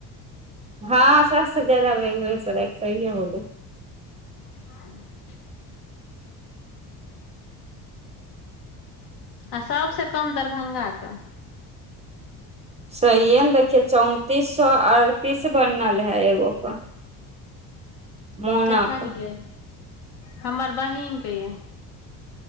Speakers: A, on the right; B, on the left.
A: हँ सबस जाददा बेगुसराय एक सहीए बोलै
B: हँ <unintelligible> आ सबस कम दरभंगा के
A: सहिए ने देखिये चौंतीस सए अड़तीस बनल है एगो क <inaudible> मोना
B: देखलियै
A: क
B: हमर बहिनके यै